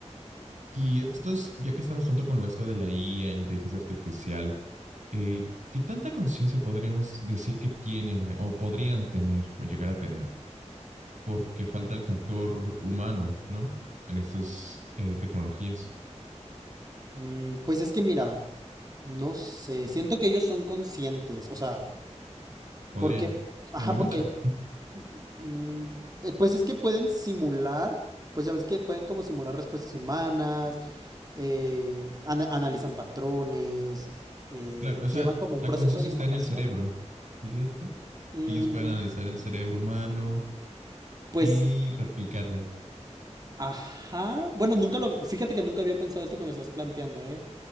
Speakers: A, on the right (about 80°); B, on the right (about 30°).
A: Y estos, ya que estamos tanto con esto de la IA, inteligencia artificial, eh, ¿qué tanta conciencia podríamos decir que tienen o podrían tener o llegar a tener? Porque falta el factor humano, ¿no? En estas eh, tecnologías.
B: Mm, pues es que mira, no sé, siento que ellos son conscientes, o sea,
A: Podrían.
B: porque, ajá,
A: De momento
B: porque
A: no. <laughs>
B: Mm, eh, Pues es que pueden simular, pues ya ves que pueden como simular respuestas humanas, eh, ana- analizan patrones, eh,
A: Claro, o sea,
B: llevan como un
A: la
B: proceso
A: conciencia
B: de información.
A: está en el cerebro, dirías tú.
B: Mm,
A: Que ellos puedan analizar el cerebro humano
B: pues,
A: y replicarlo.
B: ajá. Bueno, nunca lo, fíjate que nunca había pensado esto que me estás planteando, ¿eh?